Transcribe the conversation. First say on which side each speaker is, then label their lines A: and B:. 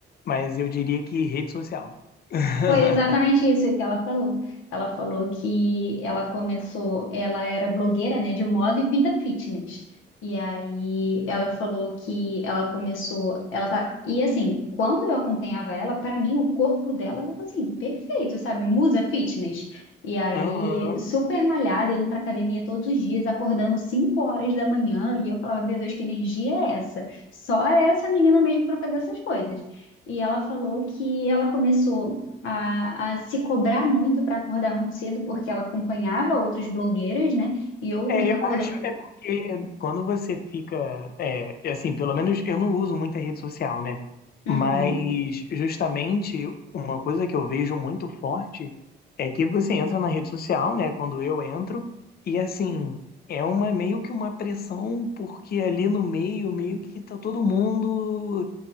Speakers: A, on the left; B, on the left.
A: Mas eu diria que rede social. <laughs>
B: Foi exatamente isso que ela falou. Ela falou que ela começou, ela era blogueira, né, de moda e vida fitness. E aí ela falou que ela começou, ela tá, e assim, quando eu acompanhava ela, para mim o corpo dela era assim, perfeito, sabe? Musa fitness. E aí,
A: Aham.
B: super malhada, indo pra academia todos os dias, acordando 5 horas da manhã, e eu falava, meu Deus, que energia é essa? Só essa menina mesmo para fazer essas coisas. E ela falou que ela começou a, a se cobrar muito para acordar muito cedo, porque ela acompanhava outras blogueiras, né? E outras
A: É,
B: acordando.
A: eu acho é porque quando você fica, é, assim, pelo menos eu não uso muita rede social, né?
B: Uhum.
A: Mas justamente uma coisa que eu vejo muito forte é que você entra na rede social, né? Quando eu entro, e assim, é uma meio que uma pressão, porque ali no meio, meio que tá todo mundo